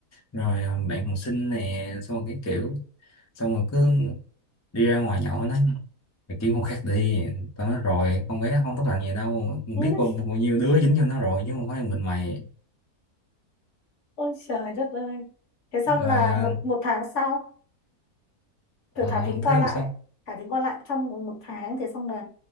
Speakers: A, on the left (about 20°); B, on the left (about 55°).
A: rồi ờ, bạn còn xinh nè xong rồi cái kiểu xong rồi cứ đi ra ngoài nhậu đó mày kiếm con khác đi tao nói rồi con bé không tốt lành gì đâu mình
B: <laughs>
A: biết bao, bao nhiêu đứa dính cho nó rồi chứ không phải mình mày
B: Ôi trời đất ơi. Thế xong
A: rồi
B: là
A: ờ,
B: một một tháng sau,
A: ờ,
B: kiểu thả thính
A: thế
B: qua
A: làm
B: lại,
A: sao
B: thả thính qua lại trong một một tháng, thế xong là